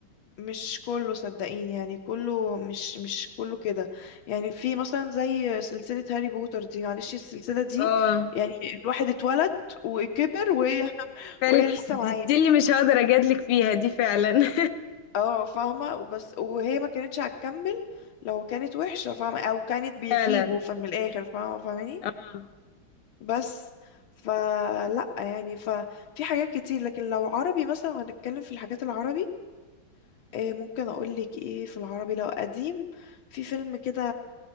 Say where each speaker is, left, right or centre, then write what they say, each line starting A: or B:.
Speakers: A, on the left; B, on the left.
A: مش كله صدقيني يعني كله مش مش كله كده يعني في مثلا زي سلسلة هاري بوتر دي معلش السلسلة دي
B: اه
A: يعني الواحد اتولد وكبر وهي <laughs>
B: فعلا
A: وهي لسه
B: دي,
A: معاه
B: دي اللي مش هقدر اجادلك فيها دي فعلا <laughs>
A: اه فاهمة بس وهي ما كانتش هتكمل لو كانت وحشة فاهمة او كانت بيخيبوا
B: فعلا
A: فمن الاخر فاهمة فاهماني
B: اه
A: بس فلا يعني ففي حاجات كتير لكن لو عربي مثلا هنتكلم في الحاجات العربي إيه ممكن اقول لك ايه في العربي لو قديم في فيلم كده